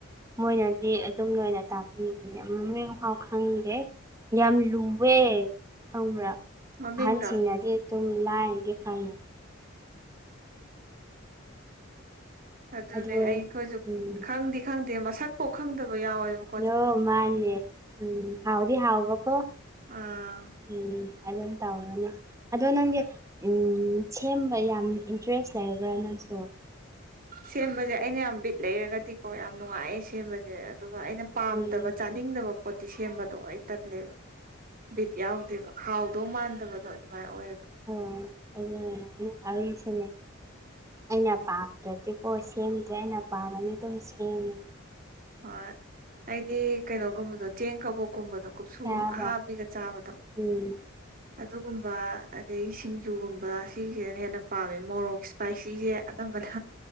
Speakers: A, on the right (about 15°); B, on the right (about 45°).
A: ꯃꯣꯏꯅꯗꯤ ꯑꯗꯨꯝ ꯂꯣꯏꯅ ꯇꯥꯛ ꯄꯤꯕꯅ ꯑꯝ ꯃꯃꯤꯡ ꯐꯥꯎ ꯈꯪꯗꯦ ꯌꯥꯝ ꯂꯨꯋꯦ ꯈꯪꯕ꯭ꯔꯥ
B: ꯃꯃꯤꯡꯗꯣ
A: ꯑꯍꯟ ꯁꯤꯡꯅꯗꯤ ꯇꯨꯝ ꯂꯥꯏꯅꯗꯤ ꯐ‌ꯪꯏ
B: ꯑꯗꯨꯅꯦ
A: ꯑꯗꯨ
B: ꯑꯩꯈꯣꯏꯁꯨ
A: ꯎꯝ
B: ꯈꯪꯗꯤ ꯈꯪꯗꯦ ꯃꯁꯛꯐꯥꯎ ꯈꯪꯗꯕ ꯌꯥꯎꯋꯦꯕ...
A: ꯅꯣ ꯃꯥꯅꯦ ꯎꯝ ꯍꯥꯎꯗꯤ ꯍꯥꯎꯕꯀꯣ
B: ꯑꯥ
A: ꯎꯝ ꯑꯗꯨꯝ ꯇꯧꯕꯅ‌ꯦ ꯑꯗꯣ ꯅꯪꯗꯤ ꯎꯝ ꯁꯦꯝꯕ ꯌꯥꯝ ꯏꯟꯇꯔꯦꯁ ꯂꯩꯕꯔꯥ ꯅꯪꯁꯨ
B: ꯁꯦꯝꯕꯁꯦ ꯑꯩꯅ ꯌꯥꯝ ꯕꯤꯠ ꯂꯩꯔꯒꯗꯤꯀꯣ ꯌꯥꯝ ꯅꯨꯡꯉꯥꯏꯌꯦ ꯁꯦꯝꯕꯁꯦ ꯑꯗꯨꯒ ꯑꯩꯅ ꯄꯥꯝꯗꯕ...
A: ꯎꯝ
B: ꯆꯥꯅꯤꯡꯗꯕ ꯄꯣꯠꯇꯤ ꯁꯦꯝꯕꯗꯣ ꯑꯩ ꯇꯟꯂꯦꯕ ꯕꯤꯠ ꯌꯥꯎꯗꯦꯕ ꯍꯥꯎ ꯗꯧ ꯃꯥꯟꯗꯕꯗꯣ ꯑꯗꯨꯃꯥꯏ ꯑꯣꯏꯌꯦꯕ
A: ꯑꯣ ꯑꯗꯨꯅꯦ ꯑꯩꯁꯨꯅꯦ ꯑꯩꯅ ꯄꯥꯝꯗ꯭ꯔꯗꯤ ꯑꯣ ꯁꯦꯝꯗ꯭ꯔꯦ ꯑꯩꯅ ꯄꯥꯝꯃꯅꯤ ꯑꯗꯨꯝ ꯁꯦꯝꯃꯦ
B: ꯍꯣꯏ ꯑꯩꯗꯤ ꯀꯩꯅꯣꯒꯨꯝꯕꯗꯣ ꯆꯦꯡ ꯀꯕꯣꯛꯀꯨꯝꯕꯗꯣ ꯀꯨꯞꯁꯨ
A: ꯌꯥꯕ
B: ꯑꯍꯥꯕꯤꯒ ꯆꯥꯕꯗꯣ
A: ꯎꯝ
B: ꯑꯗꯨꯒꯨꯝꯕ ꯑꯗꯒꯤ ꯁꯤꯡꯖꯨꯒꯨꯝꯕ ꯁꯤꯁꯤꯅ ꯍꯦꯟꯅ ꯄꯥꯝꯃꯦ ꯃꯣꯔꯣꯛ ꯏꯄꯥꯏꯁꯤꯁꯦ ꯑꯅꯝꯕꯅ..